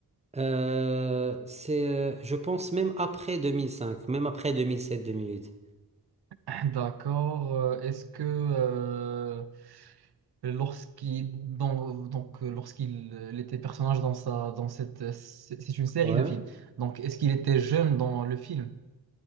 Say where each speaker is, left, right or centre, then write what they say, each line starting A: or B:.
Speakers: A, on the right; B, on the right.
A: Euh, c'est, euh, je pense même après 2005, même après 2007-2008.
B: <coughs> D'accord. Euh, Est-ce que euh, lorsqu'il dans- donc euh, lorsqu'il euh, était personnage dans sa dans cette euh, c'est c'est une série
A: Ouais.
B: de films. Donc, est-ce qu'il était jeune dans le film?